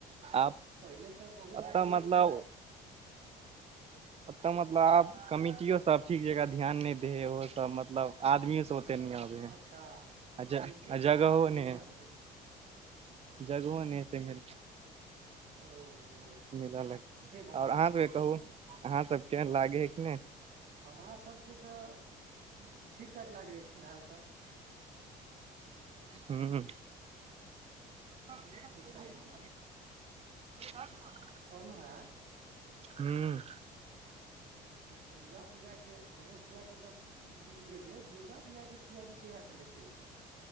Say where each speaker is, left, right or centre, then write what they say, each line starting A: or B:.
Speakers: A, on the right; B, on the right.
A: आब
B: पहिले तऽ बहुते
A: अतऽ
B: लागै
A: मतलब
B: छलै
A: अतऽ मतलब आब कमिटियो सब ठीक जका ध्यान नहि दै है, ओहो सब मतलब आदमीयो सब ते नहि आबे
B: अच्छा
A: है, आ
B: कमिटी
A: जगहो
B: आदमी
A: नहि है।
B: आबै छै
A: जगहो नहि हतै, मे
B: ओहो
A: मेला लगतै
B: से बात
A: और अहाँ कहू अहाँ सब केहन लागे है कि नहि?
B: हमरा सबभके तऽ ठीक- ठाक लागै छलै फिलहाल तऽ।
A: हूं। अ <unintelligible>
B: एहि साइडमे।
A: त <unintelligible>
B: कहनो है।
A: हूँ।
B: जे दुर्गा पूजाके, गणेश पूजाके तऽ। बुझी गेलियै, दुर्गा पूजाके तैयरी कहिआँ से हेतै।